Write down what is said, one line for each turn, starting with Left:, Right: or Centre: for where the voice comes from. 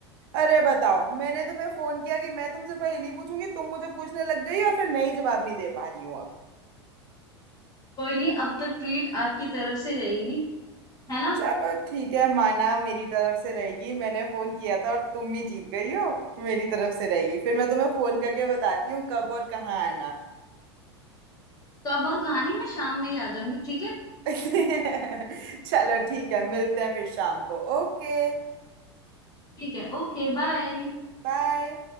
Right: अरे बताओ मैंने तुम्हें फोन किया कि मैं तुमसे पहेली पूछूंगी तुम मुझे पूछने लग गई और फिर मैं ही जवाब नहीं दे पा रही हूँ अब
Left: कोई नहीं अब तो ट्रीट आपकी तरफ से रहेगी है ना
Right: चलो ठीक है माना मेरी तरफ से रहेगी मैंने फोन किया था और तुम ही जीत गई हो मेरी तरफ से रहेगी फिर मैं तुम्हें फोन करके बताती हूँ कब और कहाँ आना
Left: तो अब और कहानी मैं शाम में ही आ जाऊंगी ठीक है
Right: <laughs> चलो ठीक है मिलते हैं फिर शाम को ओके
Left: ठीक है ओके बाय
Right: बाय